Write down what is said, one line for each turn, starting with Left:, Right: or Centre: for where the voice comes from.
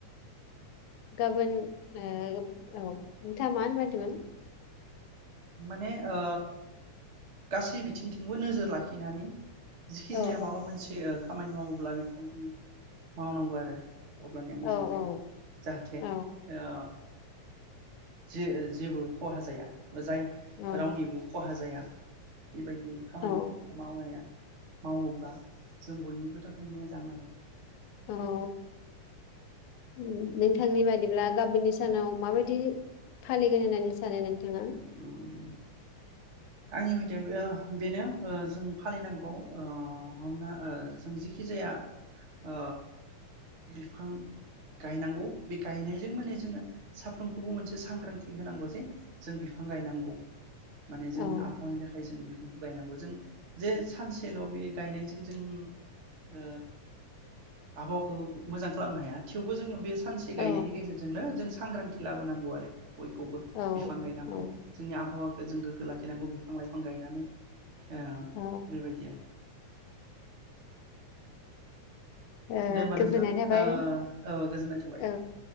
Left: गाबोन ओ औ नोंथाङा मा होननो नागिरदोंमोन?
Right: माने ओ गासै बिथिंथिंबो नोजोर लाखिनानै जिखिजाया
Left: औ
Right: माबा
Left: औ
Right: मोनसे खामानि मावोब्ला बेखौ जों मावनांगौ आरो। अब्लानिया मोजां
Left: औ
Right: जायो
Left: औ
Right: जाहाथे
Left: औ
Right: ओ जे-जेबो खहा जाया। जाय
Left: औ
Right: रावनिबो खहा जाया। <inaudible> बेबायदि खामानिफोरखौ
Left: औ
Right: मावनायाया मावोब्ला जों बयनिबो थाखाय मोजां आरो।
Left: अ औ उम नोंथांनि बादिब्ला गाबोननि सानाव माबायदि फालिगोन होननानै सानो नों थांङा
Right: उम आंनि बायदिबा ओ बेनो ओ जों फालिनांगौ ओ हमना ओ जों जिखि जाया ओ बिफां गायनांगौ बे गायनायजों माने जोङो साफ्रोमखौबो मोनसे सांग्रांथि होनांगौ जे जों बिफां गायनांगौ। माने जों
Left: औ
Right: आबहावानि थाखाय जों बि गायनांगौ जों जे सानसेल बे गायनायजों जों ओ आबहावाखौ मोजां खालामनो हाया थेवबो जों बे फांसे
Left: औ
Right: गायनायनि गेजेरजोंनो जों सांग्रांथि लाबोनांगौ आरो। बयखौबो
Left: औ
Right: बिफां गायनांगौ
Left: औ
Right: जोंनि आबहावाखौ जों गोग्गो लाखिनांगौ बिफां लाइफां गायनानै ओ
Left: औ
Right: बेबायदि
Left: ओ
Right: दे होमबा
Left: गोजोननाय
Right: नोंथां ओ
Left: थाबाय
Right: औ गोजोननाय थाबाय
Left: औ